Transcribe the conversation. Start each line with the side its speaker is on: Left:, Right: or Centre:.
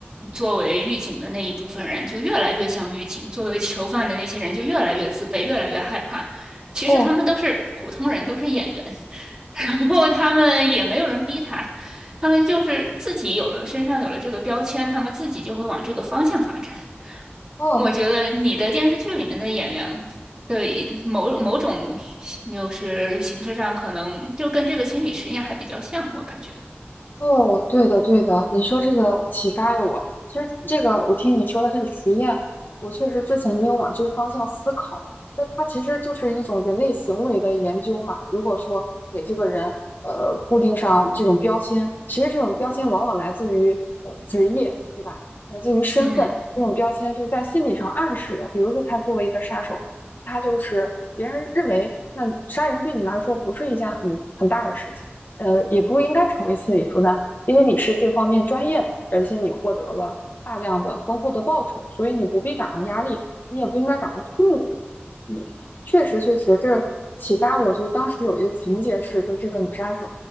Right: 作为狱警的那一部分人就越来越像狱警，作为囚犯的那些人就越来越自卑，越来越害怕。其实他们都是普通人，
Left: 哦
Right: 都是演员，<laughs> 然后他们也没有人逼他，他们就是自己有了身上有了这个标签，他们自己就会往这个方向发展。
Left: 哦。
Right: 我觉得你的电视剧里面的演员。的某某种就是形式上，可能就跟这个心理实验还比较像，我感觉。
Left: 哦，对的，对的，你说这个启发了我。其实这个，我听你说的这个实验，我确实之前没有往这个方向思考。那它其实就是一种人类行为的研究嘛。如果说给这个人呃固定上这种标签，其实这种标签往往来自于呃职业，对吧？来自于身份，
Right: 嗯
Left: 这种标签就是在心理上暗示的。比如说，他作为一个杀手，他就是别人认为那杀人对你来说不是一件很很大的事情。呃，也不应该成为心理负担，因为你是这方面专业的，而且你获得了大量的丰厚的报酬，所以你不必感到压力，你也不应该感到痛苦。你确实确实，这启发我，就是当时有一个情节是，就是这个女杀手，